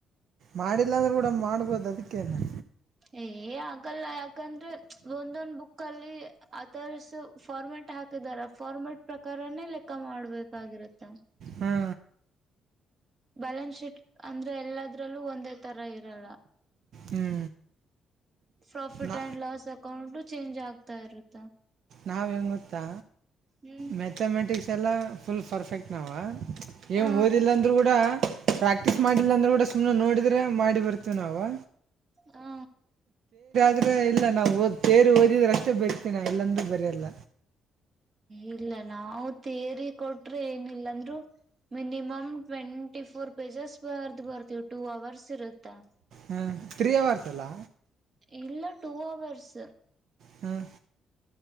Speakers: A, on the right; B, on the right.
A: ಮಾಡಿಲ್ಲ ಅಂದ್ರೆ ಕೂಡ ಮಾಡ್ಬೋದು ಅದಕ್ಕೇನೆ
B: ಏ ಆಗಲ್ಲ ಯಾಕಂದ್ರೆ ಒಂದೊಂದ ಬುಕ್ಕಲ್ಲಿಅಥರ್ಸ್ ಫಾರ್ಮೆಟ್ ಹಾಕ <unintelligible> ರ ಫಾರ್ಮೆಟ್ ಪ್ರಕಾರನೇ ಲೆಕ್ಕ ಮಾಡ್ಬೇಕಾಗಿರುತ್ತ
A: ಹ್ಞೂ
B: ಬ್ಯಾಲೆನ್ಸ್ ಶೀಟ್ ಅಂದ್ರೆ ಎಲ್ಲದ್ರಲ್ಲೂ ಒಂದೇ ತರ ಇರಲ್ಲ
A: ಹ್ಞೂ
B: ಪ್ರಾಫಿಟ್
A: ನಾ
B: ಅಂಡ <unintelligible> ಲಾಸ್ ಅಕೌಂಟು ಚೇಂಜ್ ಆಗ್ತಾ ಇರುತ್ತೆ
A: ನಾವು ಗೊತ್ತಾ
B: ಹ್ಮ್
A: ಮ್ಯಾಥಮೆಟಿಕ್ಸ್ ಎಲ್ಲ ಫುಲ್ ಪರ್ಫೆಕ್ಟ್ ನಾವ ಏನು
B: ಹ
A: ಓದಿಲ್ಲ ಅಂದ್ರರು ಕೂಡ ಪ್ರಾಕ್ಟೀಸ್ ಮಾಡಿಲ್ಲ ಅಂದ್ರೂ ಕೂಡ ಸುಮ್ನೆ ನೋಡಿದ್ರೆ ಮಾಡಿ ಬರ್ತೀವಿ್ ನಾವು
B: ಹಾ
A: <unintelligible> ಅ್ರೆ ಇಲ್ಲ ನಾವು ಹ್ ಕೇ ಓದಿದ್ರ ಅಷ್ಟೇ ಬರಿೀತೀವಿ ನಾ ಇಲ್ಲಂದೂ ಬರಯಲ್ಲ
B: ಇಲ್ಲ ನಾವು ತೇರಿ ಕೊಟ್ರೆ ಏನಿಲ್ಲಂದ್ರು ಮಿನಿಮಮ್ ಟ್ವೆಂಟಿ ಫೋರ್ ಪೇಜಸ್ ಬರ್ದು ಬರ್ತೀವಿ ಟೂ ಅವರ್ಸ್ ಇರುತ್ತಾ <unintelligible> <inaudible>
A: ಹಾಂ ತ್ರೀ ಅವರ್ಸ್ ಅಲ್ಲಾ
B: ಇಲ್ಲ ಟೂ ಅವರ್ಸ
A: ಹ್ಮ್